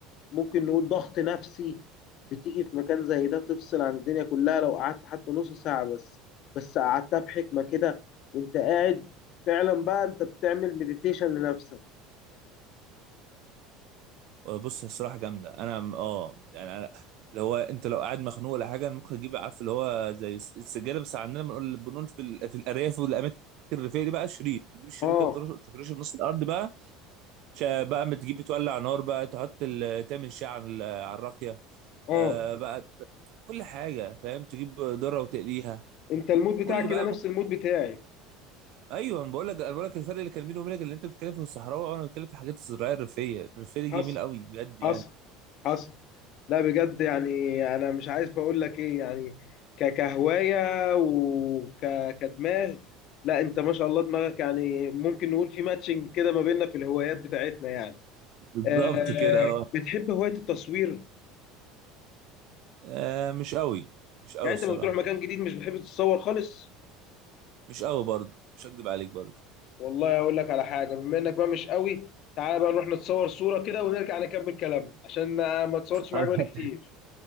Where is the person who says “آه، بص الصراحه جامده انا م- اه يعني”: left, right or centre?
Right